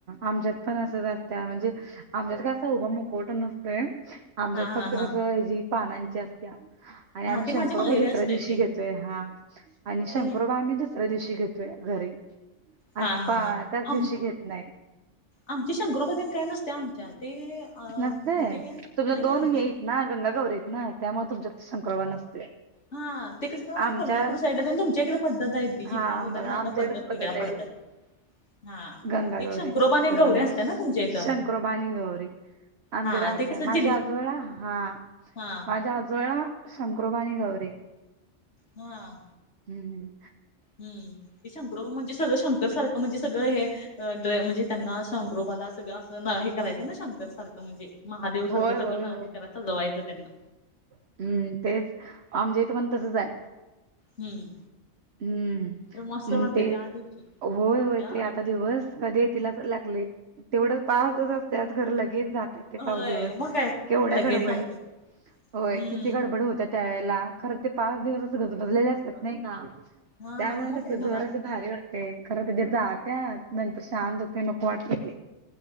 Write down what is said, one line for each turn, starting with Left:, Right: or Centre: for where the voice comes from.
Right: आमच्यात पण असत्या. म्हणजे आमच्या का असा उभा मुकवटा नसतोय आमच्यात
Left: हा
Right: फक्त
Left: हा हा
Right: कसं ह जी पानांची असत्या आणि आम्ही
Left: हा ते
Right: शंकुबा
Left: माझ्या माहेरी
Right: दुसऱ्या
Left: असतंय
Right: दिवशी
Left: ते
Right: घेतोय हा. शंकुबा
Left: ते
Right: आम्ही दुसऱ्या दिवशी घेतोय घरी,
Left: हा
Right: असं
Left: हा
Right: पा
Left: हा
Right: त्याच दिवशी
Left: आम
Right: घेत नाही.
Left: आमचे शंकरोबा तेन काय
Right: <inaudible>
Left: नसते आमच्या ते अ
Right: नसते.
Left: म्हणजे
Right: तुमला
Left: नाही
Right: दोन
Left: आमच्या
Right: घई ना गंगागौरीेत ना, त्यामुळे तुमच्यात शंकुबा नसतोय.
Left: हा ते कसं
Right: आमच्या
Left: कोल्हापूर साईडला, आणि तुमच्या इकडे पद्धत आहे. ती
Right: हा.
Left: जिल्हा
Right: मग
Left: बदलला
Right: आमच्या
Left: ना
Right: इकडेच पद्धत
Left: वेगळ्या
Right: आहे
Left: पडतात
Right: ती.
Left: हा
Right: <inaudible> गंगा
Left: एक
Right: गौरीची
Left: शंकरोबा आणि एक
Right: अ
Left: गौरी असत्या ना तुमच्या इथं
Right: शंकुरबा आणि गौरी. आमच्याकडे
Left: हा
Right: आसतात.
Left: ते कसं
Right: माझ्या
Left: जिल
Right: आजोळा हा.
Left: हा
Right: माझ्या आजोळा शंकरोबा आणि गौरी.
Left: हा.
Right: हम्म हम्म.
Left: हम्म. ते शंकरोबा म्हणजे सगळं शंकर सारखं म्हणजे सगळं हे, म्हणजे त्यांना शंकरोबाला सगळं असं हे करायचं ना, शंकर सारखं म्हणजे महादेव सारखं
Right: होय होय
Left: सगळं न हे करायच. सजवायचं त्यांना
Right: हम्मं, तेच आमच्या इथं पणं तसचं हाय.
Left: हम्म
Right: हम्मं.
Left: तर मस्त
Right: म
Left: वाटतं
Right: ते
Left: त्या दिवशी
Right: होय, होय
Left: हा
Right: ते आ आता दिवस कधी येतील असं लागलयं. तेवढं पाच दिवस असत्यात, खरं लगेच जात्यात ते
Left: होय
Right: पाच दिवस.
Left: मग काय
Right: केवढ्या
Left: लगेच
Right: गडबडीत
Left: जातात
Right: बाई
Left: हम्म
Right: किती गडबड होते त्या याला. खरचं ते पाच दिवस असं गजबजलेले असतात. नाही का?
Left: हा
Right: त्यामुळे
Left: मग
Right: कसं
Left: काय
Right: घर
Left: घरात
Right: असं भारी वाटत ते. खरं ते जात्यात नंतर शांत होते नको वाटते ते.